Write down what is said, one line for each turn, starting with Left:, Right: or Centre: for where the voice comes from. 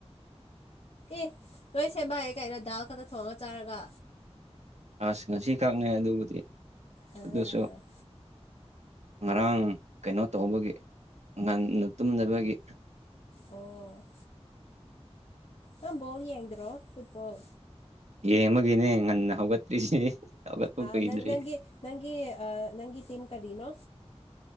Left: ꯑꯦ ꯅꯣꯏ ꯁꯦꯝꯕꯑꯦ ꯀꯩꯅꯣ ꯗꯥꯜ ꯈꯛꯇ ꯊꯣꯡꯉ ꯆꯥꯔꯒ
Right: ꯑꯁ ꯉꯁꯤꯈꯛꯅꯦ ꯑꯗꯨꯕꯨꯗꯤ
Left: ꯑꯝ
Right: ꯑꯗꯨꯁꯨ ꯉꯔꯥꯡ ꯀꯩꯅꯣ ꯇꯧꯕꯒꯤ ꯉꯟꯅ ꯇꯨꯝꯗꯕꯒꯤ꯫
Left: ꯑꯣ ꯅꯪ ꯕꯣꯜ ꯌꯦꯡꯗ꯭ꯔꯣ ꯐꯨꯠꯕꯣꯜ꯫
Right: ꯌꯦꯡꯕꯒꯤꯅꯤ ꯉꯟꯅ ꯍꯧꯒꯠꯇ꯭ꯔꯤꯁꯤ ꯍꯧꯒꯠꯄ
Left: ꯑ
Right: ꯀꯨꯏꯗ꯭ꯔꯤ
Left: ꯅꯪ ꯅꯪꯒꯤ ꯅꯪꯒꯤ ꯑ ꯅꯪꯒꯤ ꯇꯤꯝ ꯀꯔꯤꯅꯣ